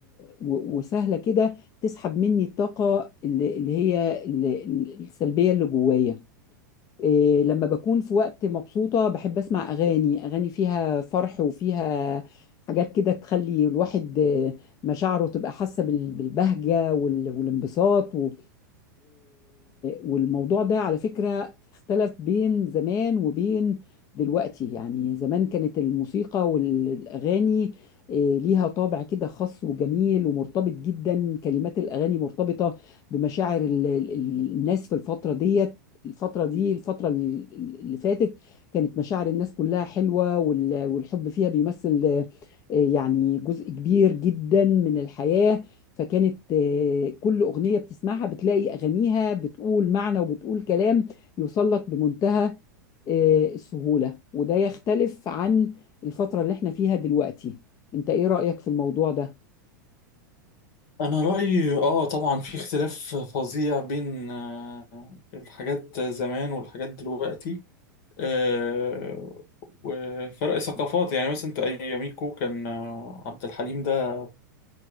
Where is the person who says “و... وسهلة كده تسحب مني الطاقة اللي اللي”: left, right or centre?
Left